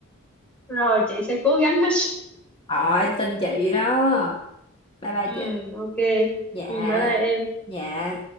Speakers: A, in the centre; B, on the left.
A: rồi chị sẽ cố gắng hết
B: Ờ em tin chị đó Bye bye
A: ừ
B: chị
A: ok
B: Dạ
A: ừ bye bye em
B: Dạ